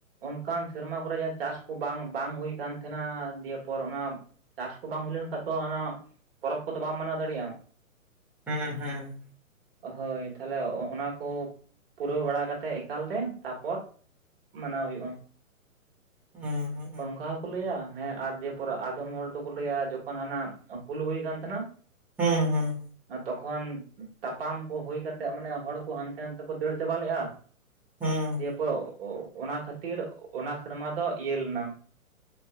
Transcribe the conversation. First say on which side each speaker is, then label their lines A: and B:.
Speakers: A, on the right; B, in the centre.
A: ᱚᱱᱠᱟᱱ ᱥᱮᱨᱢᱟ ᱠᱚᱨᱮ ᱡᱟᱦᱟᱸ ᱪᱟᱥᱼᱼ ᱵᱟᱝ, ᱵᱟᱝ ᱦᱩᱭ ᱠᱟᱱ ᱛᱮᱸᱦᱮᱱᱟ, ᱫᱤᱭᱮᱯᱚᱨ ᱚᱱᱟ, ᱪᱟᱥ ᱠᱚ ᱵᱟᱝ ᱦᱩᱭ ᱞᱮᱱᱠᱷᱟᱱ ᱛᱚ ᱚᱱᱟᱼᱼ ᱯᱚᱨᱚᱵ ᱠᱚᱫᱚ ᱵᱟᱢ ᱢᱟᱱᱟᱣ ᱫᱟᱲᱮᱭᱟᱜᱼᱟ᱾
B: ᱦᱩᱸ ᱦᱩᱸ
A: ᱦᱳᱭ, ᱛᱟᱦᱞᱮ ᱚᱱᱟ ᱠᱚ, ᱯᱩᱨᱟᱹᱣ ᱵᱟᱲᱟ ᱠᱟᱛᱮᱫ ᱮᱠᱟᱞ ᱛᱮ, ᱛᱟᱯᱚᱨᱼᱼ ᱢᱟᱱᱟᱣ ᱦᱩᱭᱩᱜᱼᱟ᱾
B: ᱦᱩᱸ ᱦᱩᱸ
A: ᱚᱱᱠᱟ ᱦᱚᱸᱠᱚ ᱞᱟᱹᱭᱼᱟ, ᱦᱮᱸ, ᱟᱨ, ᱡᱮ ᱯᱚᱨᱮ ᱟᱫᱚᱢ ᱦᱚᱲ ᱫᱚᱠᱚ ᱞᱟᱹᱭᱼᱟ, ᱡᱚᱠᱷᱚᱱ ᱦᱟᱱᱟ ᱦᱩᱞ ᱦᱩᱭ ᱠᱟᱱ ᱛᱟᱸᱦᱮᱱᱟᱼᱼ
B: ᱦᱩᱸ ᱦᱩᱸ
A: ᱛᱚᱠᱷᱚᱱ, ᱛᱟᱯᱟᱢ ᱠᱚ ᱦᱩᱭ ᱠᱟᱛᱮᱫ ᱢᱟᱱᱮ ᱦᱚᱲ ᱠᱚ ᱦᱟᱱᱛᱮ ᱱᱟᱱᱛᱮ ᱠᱚ ᱫᱟᱹᱲ ᱪᱟᱵᱟ ᱞᱮᱼᱟ᱾
B: ᱦᱩᱸ
A: ᱯᱚ, ᱚ, ᱚ, ᱚᱱᱟ ᱠᱷᱟᱹᱛᱤᱨ, ᱚᱱᱟ ᱥᱮᱨᱢᱟ ᱫᱚ ᱤᱭᱟᱹ ᱞᱮᱱᱟᱼᱼ